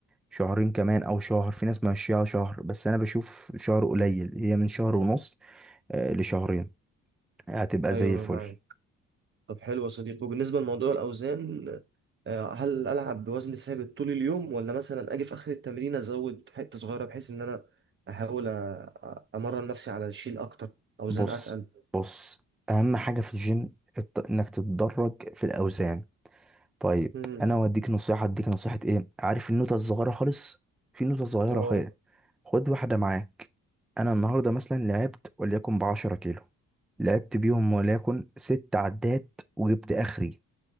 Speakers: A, in the centre; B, on the right.
A: شهرين كمان او شهر في ناس ماشيها شهر بس انا بشوف شهر قليل هي من شهر ونص آه، لشهرين هتبقى
B: أيوه
A: زي الفل
B: أنا معاك طب حلو يا صديقي وبالنسبة لموضوع الأوزان آه، هل ألعب بوزن ثابت طول اليوم ولا مثلا أجي في آخر التمرين أزود حتة صغيرة بحيث إن أنا أحاول أ- أ- أمرن نفسي على الشيل أكتر أوزان
A: بص
B: أتقل
A: بص اهم حاجة في الجيم الت- انك تتدرج في الاوزان طيب
B: مم.
A: انا اوديك نصيحه اديك نصيحه ايه عارف النوته الصغيره خالص في نوته صغيره
B: اه
A: خالص خد واحده معاك انا النهارده مثلا لعبت وليكن بعشرة كيلو لعبت بيهم وليكن ست عدات وجبت اخري